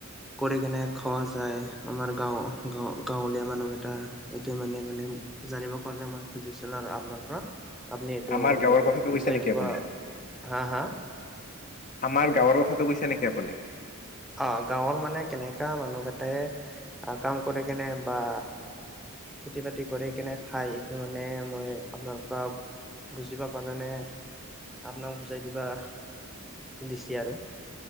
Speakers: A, in the centre; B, on the left.
A: কৰি কেনে খৱা যায় আমাৰ গাঁও গাওঁ গাঁৱলীয়া মানুহ কেইটা এইটো মানে মানে জানিবৰ কাৰণে মই খুজিছো আৰু আপনাৰ পৰা। আপুনি এইটো
B: আমাৰ গাঁৱৰ কথাটো কৈছে
A: উজাই
B: নেকি
A: দিব,
B: আপুনি
A: হা হা।
B: আমাৰ গাঁৱৰ কথাটো কৈছো নেকি আপুনি?
A: অ গাঁৱৰ মানে কেনেকা মানুহ কেইটাই আহ কাম কৰি কেনে বা খেতি বাতি কৰি কেনে খায় এইটো মানে মই আপোনাৰ পৰা বুজিব কাৰণে আপোনাক বুজাই দিবা দিছে আৰু